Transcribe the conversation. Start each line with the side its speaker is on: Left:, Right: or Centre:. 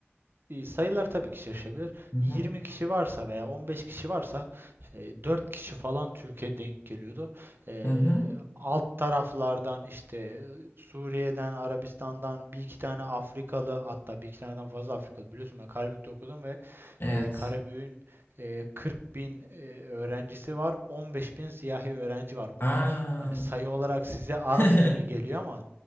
Right: e, sayılar tabii ki şaşabilir.
Left: hı hı
Right: 20 kişi varsa veya 15 kişi varsa e, 4 kişi falan Türkiye denk geliyordu. E,
Left: hı hı.
Right: alt taraflardan işte e, Suriye'den, Arabistan'dan bir iki tane Afrikalı hatta bir iki taneden fazla Afrikalı biliyorsun ben Karabük'te okudum ve
Left: Evet.
Right: e, Karabük'ün e, 40 bin e, öğrencisi var, 15 bin siyahi öğrenci var.
Left: Aa.
Right: Bu hani sayı olarak size az
Left: <laughs>
Right: gibi geliyor ama